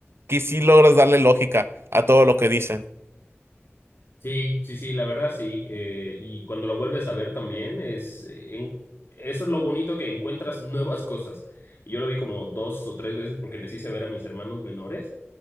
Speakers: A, on the right; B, on the left.
A: que sí logras darle lógica a todo lo que dicen.
B: Sí, sí, sí, la verdad sí. Eh, y cuando lo vuelves a ver también, es, eh, en- eso es lo bonito que encuentras nuevas cosas. Y yo lo vi como dos o tres veces porque les hice ver a mis hermanos menores.